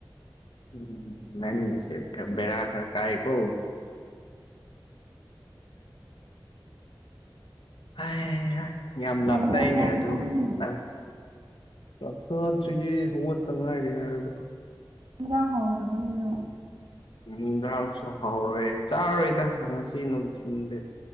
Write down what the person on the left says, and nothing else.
ꯎꯝ ꯅꯪꯒꯤꯁꯦ ꯈꯔ ꯕꯦꯔꯥ ꯈꯔ ꯀꯥꯏ ꯀꯣ ꯍꯩ ꯍꯥꯏ ꯌꯥꯝ ꯂꯥꯞꯂꯩꯅꯦ
ꯑꯗꯨ
ꯅꯪ ꯆꯥꯛ ꯆꯥꯗ꯭ꯔꯤꯌꯦ ꯍꯧꯒꯠꯇ ꯉꯥꯏꯔꯤ ꯍꯥꯏꯔꯒ
ꯅꯤꯡꯒꯥꯡꯁꯨ ꯍꯥꯎꯔꯦ ꯆꯥꯔꯔꯣꯏꯗ ꯉꯁꯤ ꯅꯨꯡꯊꯤꯟꯗꯤ